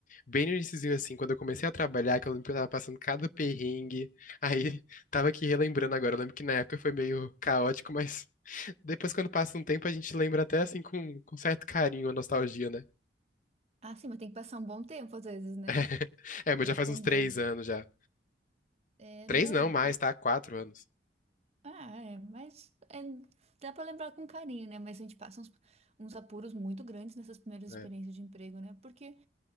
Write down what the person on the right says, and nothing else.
Ah, sim, mas tem que passar um bom tempo às vezes, né?
Dependendo.
É,
não,
eu.
co-
Ah, é, mas é, dá pra lembrar com carinho, né? Mas a gente passa uns, uns apuros muito grandes nessas primeiras
experiências de emprego, né? Porque